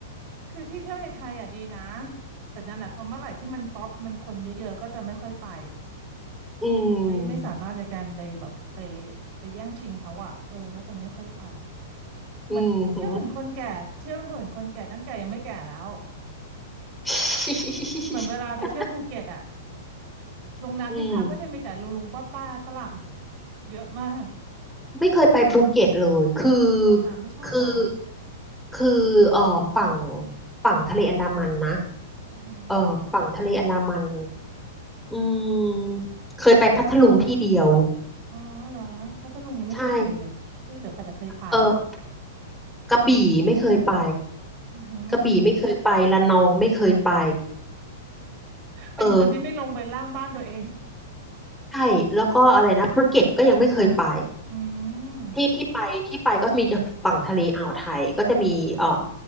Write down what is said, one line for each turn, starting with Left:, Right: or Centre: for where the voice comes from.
Right: คือที่เที่ยวในไทยอ่ะดีนะแต่นั่นแหละพอเมื่อไหร่ที่มันป๊อปมันคนเยอะๆก็จะไม่ค่อยไป
Centre: อื
Right: ไม่ไม่สามารถในการไปแบบไป
Centre: ม
Right: ไปแย่งชิงเขาอ่ะเออก็จะไม่ค่อยไปเหมือนเชื่อเหมือนคนแก่เชื่อเหมือนคนแก่ตั้งแก่ยังไม่แก่แล้ว
Centre: อืมหือ <laughs>
Right: เหมือนเวลาไปเที่ยวภูเก็ตอ่ะโรงแรมที่พักก็จะมีแต่ลุงลุงป้าป้าฝรั่ง
Centre: อืม
Right: เยอะมาก
Centre: ไม่เคยไปภูเก็ตเลยคือ
Right: เออเหรอไม่ชอบเหรอ
Centre: คือคือเอ่อฝั่งฝั่งทะเลอันดามันนะ
Right: อือหือ
Centre: เอ่อฝั่งทะเลอันดามันอืมเคยไปพัทลุงที่เดียว
Right: อ๋อเหรอพัทลุงยังไม่เคยไปเลยเอ้ยเหลือใครจะเคยผ่าน
Centre: ใช่เออ กระบี่ไม่เคยไป
Right: อือหือ
Centre: กระบี่ไม่เคยไประนองไม่เคยไป
Right: เป็นคนที่ไม่ลงไปล่างบ้านตัวเอง
Centre: เออใช่แล้วก็อะไรนะภูเก็ตก็ยังไม่เคยไป
Right: <laughs> อืม
Centre: ที่ที่ไปที่ไปก็มีจะฝั่งทะเลอ่าวไทยก็จะมีเอ่อ